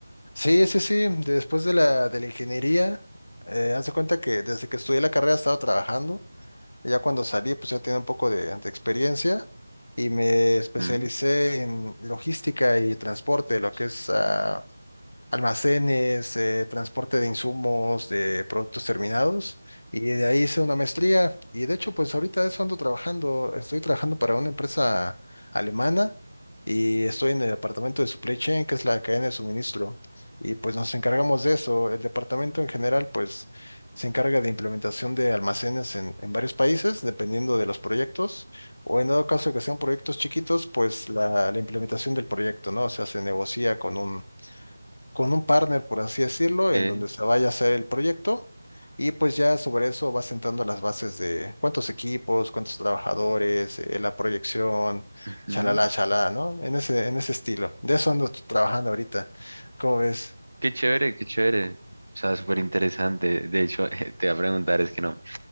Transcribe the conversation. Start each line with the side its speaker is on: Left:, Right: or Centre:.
Left: sí, sí, sí, después de la, de la ingeniería, eh, haz de cuenta que desde que estudié la carrera he estado trabajando. Ya cuando salí, pues ya tenía un poco de, de experiencia y me especialicé
Right: Mm,
Left: en logística y transporte, lo que es ah, almacenes, eh, transporte de insumos, de productos terminados, y de ahí hice una maestría. Y de hecho, pues ahorita eso ando trabajando, estoy trabajando para una empresa alemana y estoy en el departamento de supply chain, que es la cadena de suministro, y pues nos encargamos de eso. El departamento en general, pues se encarga de implementación de almacenes en, en varios países, dependiendo de los proyectos, o en dado caso que sean proyectos chiquitos, pues la, la implementación del proyecto, ¿no? O sea, se negocia con un con un partner, por así decirlo,
Right: ok,
Left: en donde se vaya a hacer el proyecto y pues ya sobre eso vas sentando las bases de cuántos equipos, cuántos trabajadores, eh, la proyección,
Right: ujú.
Left: chalala, chalá, ¿no? En ese, en ese estilo. De eso ando trabajando ahorita. ¿Cómo ves?
Right: Qué chévere, qué chévere. O sea, súper interesante. De hecho, <laughs> te voy a preguntar, es que no,